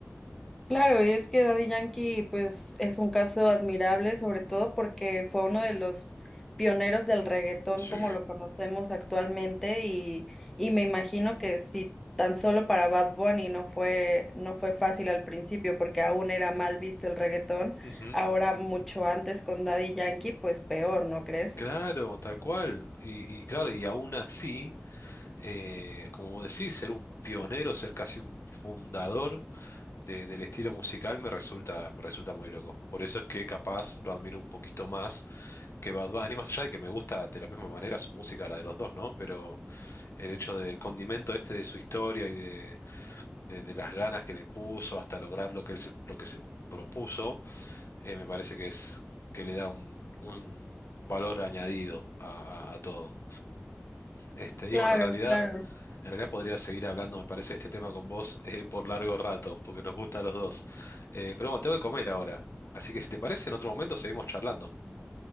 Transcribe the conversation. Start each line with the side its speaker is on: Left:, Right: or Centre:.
Centre: Claro, y es que Daddy Yankee, pues, es un caso admirable, sobre todo porque fue uno de los pioneros del reggaetón
Left: Sí.
Centre: como lo conocemos actualmente, y, y me imagino que si tan solo para Bad Bunny no fue, no fue fácil al principio, porque aún era mal visto el reggaetón,
Left: Ujú.
Centre: ahora mucho antes con Daddy Yankee, pues peor, ¿no crees?
Left: Claro, tal cual. Y, y claro, y aún así, eh, como vos decís, ser un pionero, ser casi un fundador de- del estilo musical me resulta, me resulta muy loco. Por eso es que capaz lo admiro un poquito más que Bad Bunny, más allá de que me gusta de la misma manera su música, la de los dos, ¿no? Pero el hecho del condimento este de su historia y de, de- de las ganas que le puso hasta lograr lo que él se, lo que se propuso, eh, me parece que es que le da un, un valor añadido a, a- a todo. Este, y
Centre: Claro,
Left: bueno, en realidad
Centre: claro.
Left: en realidad podría seguir hablando, me parece, de este tema con vos eh, por largo rato, porque nos gusta a los dos. Eh, pero bueno, tengo que comer ahora. Así que si te parece, en otro momento seguimos charlando.